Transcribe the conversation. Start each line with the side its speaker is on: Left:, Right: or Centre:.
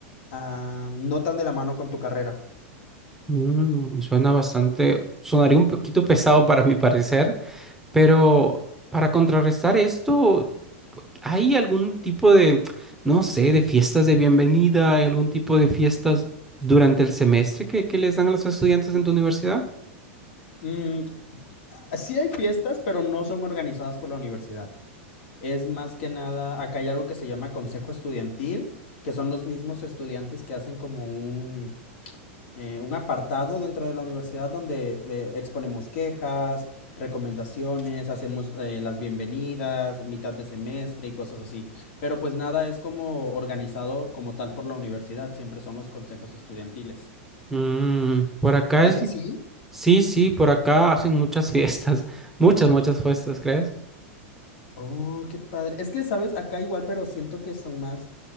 Left: ah, no tan de la mano con tu carrera.
Centre: Mm, suena bastante, sonaría un poquito pesado para mi parecer, pero para contrarrestar esto, ¿hay algún tipo de, no sé, de fiestas de bienvenida? ¿Hay algún tipo de fiestas durante el semestre que, que les dan a los estudiantes en tu universidad?
Left: Mm, sí hay fiestas, pero no son organizadas por la universidad. Es más que nada, acá hay algo que se llama consejo estudiantil, que son los mismos estudiantes que hacen como un, eh, un apartado dentro de la universidad donde eh, exponemos quejas, recomendaciones, hacemos eh, las bienvenidas, mitad de semestre y cosas así. Pero pues nada es como organizado como tal por la universidad, siempre son los consejos estudiantiles.
Centre: Mm, por acá
Left: Allá
Centre: es... di-
Left: sí.
Centre: Sí, sí, por acá hacen muchas <laughs> fiestas, muchas, muchas fiestas, ¿crees?
Left: Oh, qué padre. Es que, ¿sabes? Acá igual, pero siento que son más